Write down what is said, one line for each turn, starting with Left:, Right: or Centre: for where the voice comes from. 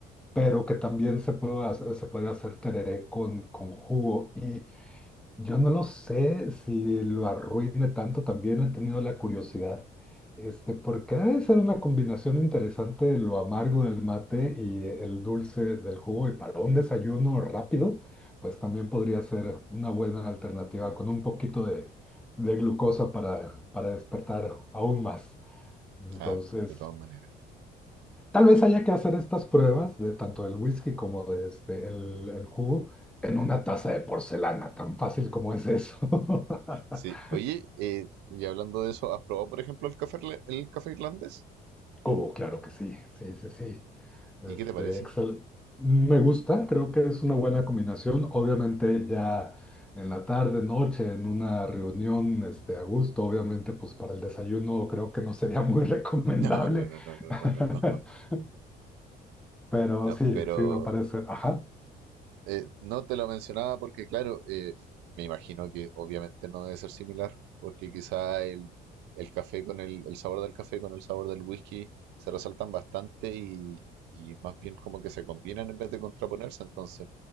Centre: pero que también se puede hacer, se puede hacer tereré con, con jugo. Y Yo no lo sé si lo arruine tanto, también he tenido la curiosidad, este, porque debe ser una combinación interesante de lo amargo del mate y el dulce del jugo, y para un desayuno rápido, pues también podría ser una buena alternativa con un poquito de, de glucosa para, para despertar aún más. Entonces,
Right: Ah, de todas maneras.
Centre: Tal vez haya que hacer estas pruebas de tanto del whisky como de este, el, el jugo en una taza de porcelana, tan fácil como es eso. <laughs>
Right: Sí, oye, eh, y hablando de eso, ¿has probado, por ejemplo, el café, irla- el café irlandés?
Centre: Cubo, claro que sí, sí, sí, sí. Este,
Right: ¿Y qué te parece?
Centre: excel-
Right: <laughs>
Centre: Me gusta, creo que es una buena combinación. Obviamente ya en la tarde, noche, en una reunión este, a gusto, obviamente pues para el desayuno creo que no sería muy <laughs> recomendable.
Right: No, no, no, no, no,
Centre: <laughs>
Right: no, no, no.
Centre: Pero
Right: No,
Centre: sí,
Right: pero
Centre: sí me parece. Ajá,
Right: Eh, no te lo mencionaba porque, claro, eh, me imagino que obviamente no debe ser similar, porque quizá el, el café con el, el sabor del café con el sabor del whisky se resaltan bastante y, y más bien como que se combinan en vez de contraponerse. Entonces,